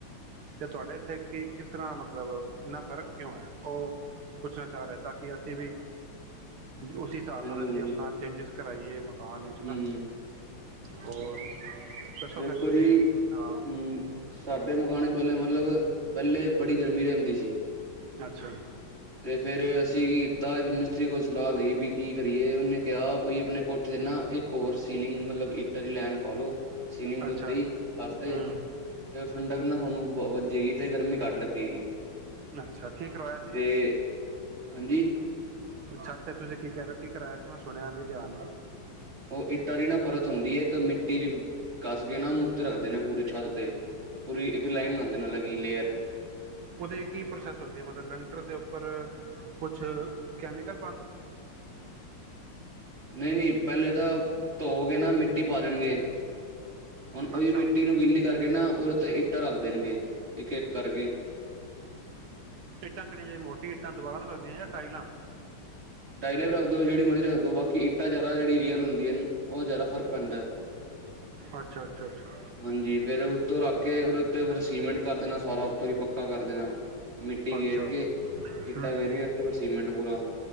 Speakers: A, on the right (about 75°); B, on the right (about 30°).
A: ਤੇ ਤੁਹਾਡੇ ਇੱਥੇ ਕਿ ਕਿਸ ਤਰ੍ਹਾਂ ਮਤਲਬ ਇੰਨਾ ਫ਼ਰਕ ਕਿਉਂ ਹੈ, ਉਹ ਪੁੱਛਣਾ ਚਾਹ ਰਹੇ ਤਾਂ ਕਿ ਅਸੀਂ ਵੀ। ਉਸ ਹਿਸਾਬ
B: ਹਾਂਜੀ
A: ਨਾਲ ਅਸੀਂ
B: ਹਾਂਜੀ
A: ਆਪਣਾ ਚੇਂਜਿਸ ਕਰਾਈਏ ਮ ਕਾਨ ਵਿਚ
B: ਹੂੰ
A: ਨਾ।
B: ਹੂੰ
A: ਹੋਰ। ਦੱਸੋ
B: ਵੇਖੋ
A: ਫਿਰ ਤੁਸੀਂ
B: ਜੀ ਹੂ,
A: ਹਾਂ
B: ਸਾਡੇ ਮਕਾਣੇ ਪਹਿਲੇ ਮਤਲਬ ਪਹਿਲੇ ਬੜੀ ਗਰਮੀ ਰਹਿੰਦੀ ਸੀ।
A: ਅੱਛਾ-ਅੱਛਾ।
B: ਤੇ ਫੇਰ ਅਸੀਂ ਕੀ ਕੀਤਾ ਕਿਸੀ ਕੋਲ ਸਲਾਹ ਲਈ ਵੀ ਕੀ ਕਰੀਏ, ਉਹਨੇ ਕਿਹਾ ਬਈ ਆਪਣੇ ਕੋਟ ਤੇ ਨਾ ਇੱਕ ਹੋਰ ਸੀਲਿੰਗ, ਮਤਲਬ ਹੀਟਰ ਦੀ ਲੈਣ ਪਾਾਲਓ, ਸੀਲਿੰਗ
A: ਅੱਛਾ
B: ਦੇ ਉੱਤੇ ਹੀ ਛਲ ਤੇ
A: ਹੂੰ
B: ਉਹ ਠੰਡਕ ਨਾ। ਔਨੂੰ ਵੱਜੇਗੀ, ਤੇ ਗਰਮੀ ਘੱਟ ਲੱਗੇਗੀ।
A: ਅੱਛਾ ਕੀ ਕਰਵਾਇਆ ਸੀ।
B: ਤੇ ਹਾਂਜੀ।
A: ਛਾਤ ਤੇ ਤੁਸੀਂ ਕੀ ਕਹਿ ਰਹੇ ਹੋ ਕੀ ਕਰਾਇਆ ਸੀ, ਮੈਂ ਸੁਣਿਆ ਨਹੀਂ ਧਿਆਨ ਨਾਲ।
B: ਉਹ ਇੱਟਾਂ ਦੀ ਨਾ ਪਰਤ ਹੁੰਦੀ ਹੈ ਇੱਕ ਮਿੱਟੀ ਚ ਕੱਸ ਕੇ ਨਾ ਉਹਨੂੰ ਉੱਤੇ ਰੱਖਦੇ ਨੇ ਪੂਰੀ ਛੱਤ ਤੇ, ਪੂਰੀ ਇੱਕ ਲਾਈਨ ਬਣਾਦੇ ਨੇ ਇਕ ਲੇਅਰ।
A: ਉਹਦੇ ਕੀ ਪ੍ਰੋਸੈਸ ਹੁੰਦੀ ਹੈ, ਮਤਲਬ ਲੰਟਰ ਦੇ ਉੱਪਰ ਕੁਛ ਕੈਮੀਕਲ
B: ਨਹੀਂ ਨਹੀਂ ਪਹਿਲੇ ਤਾਂ ਤੇ ਨਾ ਮਿੱਟੀ ਪਾ ਦੇਣਗੇ ਹੁਣ ਉਹੀ
A: ਅੱਛਾ
B: ਮਿੱਟੀ ਨੂੰ ਗਿੱਲੀ ਕਰਕੇ ਨਾ ਓਦੇ ਇੱਟ ਇੱਟਾਂ ਰੱਖ ਦੇਣ ਗ ਇੱਕ-ਇੱਕ ਕਰ ਕੇ।
A: ਇੱਟਾਂ ਕਿਹੜੀਆਂ ਜੜੀਆਂ ਮੋਟੀ ਇੱਟਾਂ ਦੀਵਾਰਾਂ ਚ ਲੱਗਦੀਆਂ, ਜਾਂ ਟਾਈਲਾਂ
B: ਟਾਈਲਾਂ ਵੀ ਰੱਖ ਦੋ ਜਿਹੜੀ ਮਰਜ਼ੀ ਰੱਖ ਦੋ ਬਾਕੀ ਜ਼ਿਆਦਾ ਇੱਟਾਂ ਜਿਹੜੀ ਰੀਅਲ ਹੁੰਦੀ ਨੇ। ਉਹ ਜ਼ਿਆਦਾ ਫ਼ਰਕ ਪੈਂਦਾ,
A: ਅੱਛਾ ਅੱਛਾ ਅੱਛਾ
B: ਹਾਂਜੀ, ਫੇਰ ਉਤੋਂ ਰੱਖ ਕੇ ਓਦੇ ਉੱਤੇ ਉ ਫਿਰ ਸੀਮੈਂਟ ਕਰ ਦੇਣਾ ਸਾਰਾ ਉਤ ਹੀ ਪੱਕਾ ਕਰ ਦੇਣਾ। ਮਿੱਟੀ
A: ਅੱਛਾ
B: ਗੇਰ ਕੇ, ਈਟਾਂ
A: ਹੂੰ
B: ਗੇਰ ਕੇ, ਓਦੇ ਉੱਪਰੋਂ ਸੀਮੈਂਟ ਪੂਰਾ।